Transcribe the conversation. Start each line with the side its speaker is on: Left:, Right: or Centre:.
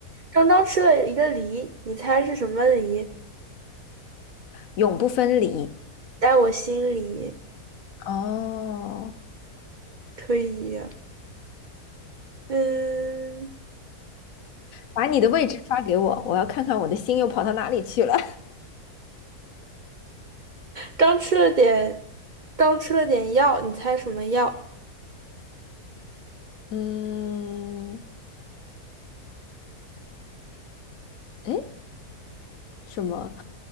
Right: 刚刚吃了一个梨，你猜是什么梨？
Left: 永不分离。
Right: 在我心里，
Left: 哦，
Right: 可以，嗯。
Left: 把你的位置发给我，我要看看我的心又跑到哪里去了。
Right: 刚吃了点，刚吃了点药，你猜什么药？
Left: <laughs> 嗯，诶，什么？